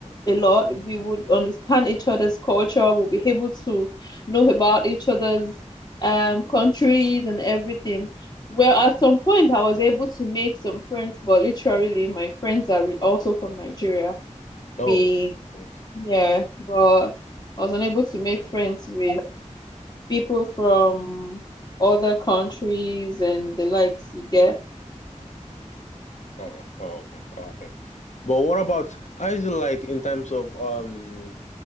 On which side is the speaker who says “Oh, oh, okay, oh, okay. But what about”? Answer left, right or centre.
Left